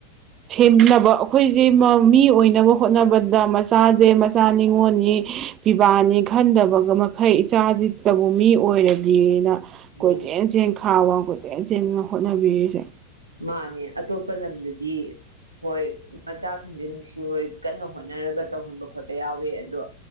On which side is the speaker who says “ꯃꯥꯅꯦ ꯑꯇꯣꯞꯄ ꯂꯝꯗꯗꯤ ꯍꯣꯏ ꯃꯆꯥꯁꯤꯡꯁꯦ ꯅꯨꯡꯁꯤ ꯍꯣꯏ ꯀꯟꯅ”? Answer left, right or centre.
Right